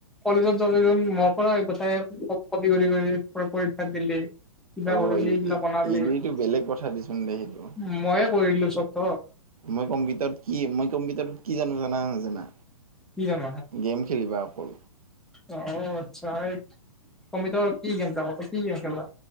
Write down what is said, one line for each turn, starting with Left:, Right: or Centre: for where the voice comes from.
Centre: কলেজত যাওঁতে দেখোন মোৰ পৰাই গোটেই ক কপি কৰি কৰি পৰী পৰীক্ষাটো দিলি। কিবা
Right: অ
Centre: কৰিলি
Right: এই
Centre: এইবিলাক বনাব লাগে।
Right: এইটো বেলেগ কথা দেচোন দে সেইটো।
Centre: ময়ে কৰি দিলোঁ চব তোৰ।
Right: মই কম্পিউটাৰত কি মই কম্পিউটাৰত কি জানো জানা নে নাজানা?
Centre: কি জান
Right: গেম খেলিবা অকল
Centre: অ' আচ্ছা এই কম্পিউটাৰত কি গেম ডাউনলোড কৰা কি গেম খেলা